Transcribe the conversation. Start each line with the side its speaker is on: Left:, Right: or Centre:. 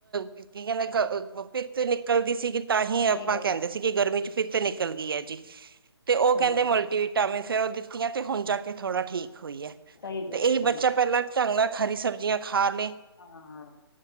Right: ਕੀ ਕਹਿੰਦੇ ਭਿੱਤ ਨਿਕਲਦੀ ਸੀਗੀ, ਤਾਂ ਹੀ ਆਪਾਂ
Left: ਸਹੀ ਗੱਲ
Right: ਕਹਿੰਦੇ ਸੀ ਕਿ ਗਰਮੀ ਚ ਪਿੱਤ ਨਿਕਲ ਗਈ ਹੈ ਜੀ, ਤੇ ਉਹ
Left: ਸਹੀ
Right: ਕਹਿੰਦੇ
Left: ਗੱਲ
Right: ਮਲਟੀਵਟਾਮਿਨ ਫੇਰ ਉਹ ਦਿੱਤੀਆਂ ਤੇ ਹੁਣ ਜਾ ਕੇ ਥੋੜਾ ਠੀਕ ਈ ਹੈ
Left: ਸਹੀ
Right: ਤੇ
Left: ਗੱਲ
Right: ਇਹੀ
Left: ਸਹੀ
Right: ਬੱਚਾ
Left: ਗੱਲ
Right: ਪਹਿਲਾਂ ਝੰਗ ਨਾਲ ਹਰੀ ਸਬਜ਼ੀਆਂ ਖਾ ਲਏ
Left: ਹਾਂ,